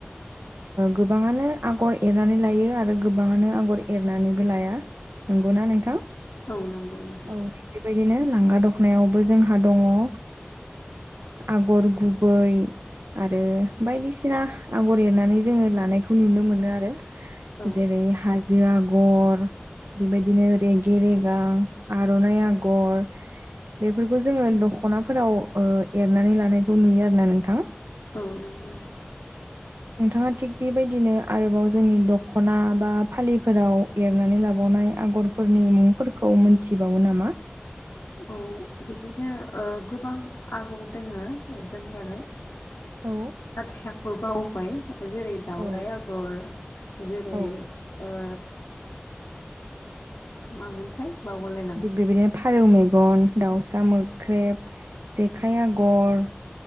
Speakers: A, on the right; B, on the left.
A: गोबाङानो आगर एरनानै लायो आरो गोबाङानो आगर एरनानैबो लाया‌। नंगौना नोंथां?
B: औ नंगौ नोंथां।
A: औ थिग बेबायदिनो लांगा दखनायावबो जोंहा दङ। ओ आगर गुबै आरो बायदिसिना आगर एरनानै जोङो लानायखौ नुनो मोनो आरो।
B: औ
A: जेरै हाज जो आगर बेबायदिनो रेगे रेगां आर'नाइ आ गर बेफोरखौ जोङो दख'नाफोराव ओ एरनानै लानायखौ नुयो आरो ना नोंथां?
B: औ नंगौ।
A: नोंथाङा थिग बेबायदिनो आरोबाव जोंनि दख'ना बा फालिफोराव एरनानै लाबावनाय आगरफोरनि मुंफोरखौ मोनथिबावो नामा?
B: औ। बिदिनो गोबां आगर दोङो दोंनायालाय।
A: औ
B: हाथाइबो बावबाय जेरै दाउराइ
A: औ
B: आगर जेरै
A: औ
B: ओ मामोनथाय बावलाय
A: दिग बेबायदिनो फारौ मेगन दाउसा मो ख्रेब जेखाइ आगर